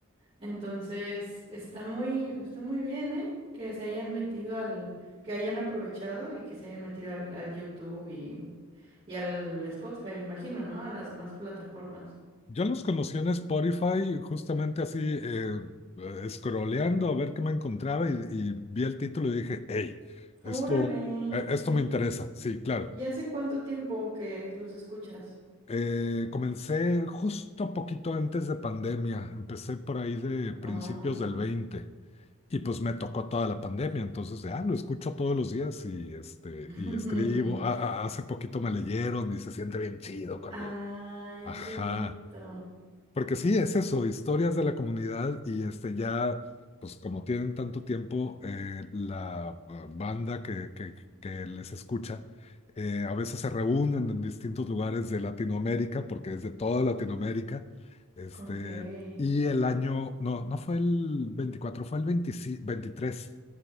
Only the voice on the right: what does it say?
Entonces, está muy, está muy bien, ¿eh? Que se hayan metido al, que hayan aprovechado y que se hayan metido al, al YouTube y, y al Spotify, me imagino, ¿no? A las demás plataformas.
Órale,
sí.
¿Y hace cuánto tiempo que los escuchas?
Oh.
<laughs>
Ay,
qué bonito.
Ok.